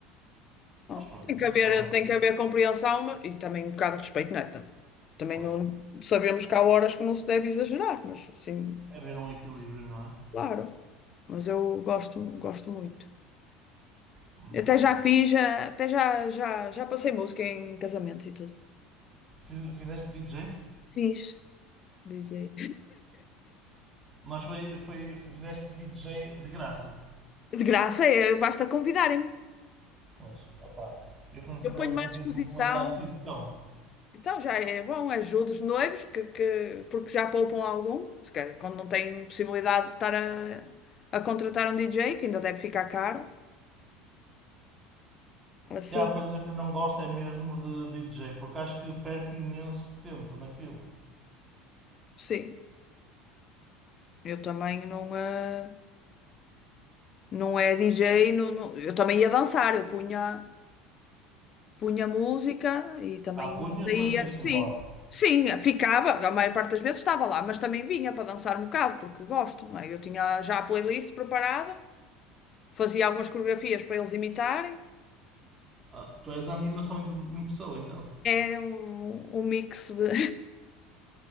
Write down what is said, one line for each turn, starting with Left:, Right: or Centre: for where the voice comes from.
Right: Mas
Left: Bom,
Right: pronto,
Left: Tem
Right: uma
Left: que haver,
Right: pessoa,
Left: tem que haver compreensão mas- e também um bocado de respeito, não é? Tam- Também
Right: claro.
Left: não sabemos que há horas que não se deve exagerar, mas assim,
Right: É ver um equilíbrio, não é?
Left: claro. Mas eu gosto, gosto muito.
Right: Muito
Left: Eu Até
Right: bom.
Left: já fiz, já- até já, já, já passei música em casamentos e tudo.
Right: Fiz- fizeste DJ?
Left: fiz. DJ.
Right: Mas foi, foi, fizeste DJ de graça.
Left: De graça, é, basta convidarem-me.
Right: Pois, opá. Eu quando fizeram
Left: Eu ponho-me
Right: um convite
Left: à disposição.
Right: vou-me lembrar de ti. Então,
Left: Então já é bom, ajudo os noivos, que, que- porque já poupam algum. Se calhar, quando não têm possibilidade de estar a, a contratar um DJ, que ainda deve ficar caro. Assim,
Right: Se há coisa que eu não gosto é mesmo de DJ, porque acho que perco imenso tempo naquilo.
Left: sim. Eu também não é, não é DJ, não, não- eu também ia dançar, eu punha, punha música e também
Right: Há punhas,
Left: saía,
Right: mas ias-te
Left: sim,
Right: embora.
Left: sim, ficava, a maior parte das vezes estava lá, mas também vinha para dançar um bocado, porque gosto, não é? Eu tinha já a playlist preparada, fazia algumas coreografias para eles imitarem,
Right: Ah, tu és a animação em em pessoa, então.
Left: é um, um mix de...